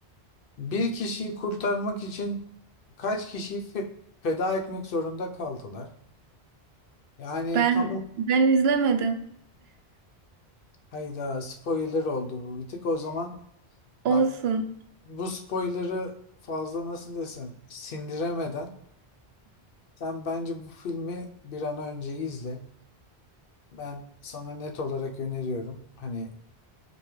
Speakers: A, on the left (about 60°); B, on the right (about 70°).
A: bir kişiyi kurtarmak için kaç kişiyi fe- feda etmek zorunda kaldılar. Yani
B: Ben
A: tam
B: ben izlemedim.
A: hayda spoiler oldu bu bir tık. O zaman
B: Olsun.
A: bak bu spoiler'ı fazla nasıl desem sindiremeden Sen bence bu filmi bir an önce izle. Ben sana net olarak öneriyorum. Hani